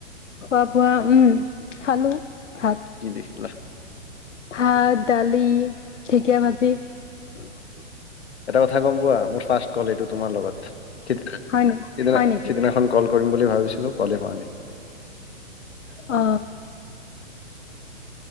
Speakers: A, on the left; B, on the left.
A: খোৱা বোৱা উম খালো ভাত
B: কি দি খালা?
A: ভাত, দালি, ঢেকীয়া ভাজি <unintelligible>
B: এটা কথা গম পোৱা মোৰ ৰ্ফাষ্ট কল এইটো তোমাৰ লগত সিদিনা
A: হয় নে, হয় নেকি?
B: সিদিনাখন কল কৰিম বুলি ভাবিছিলোঁ ক'লেই হোৱা নাই
A: অ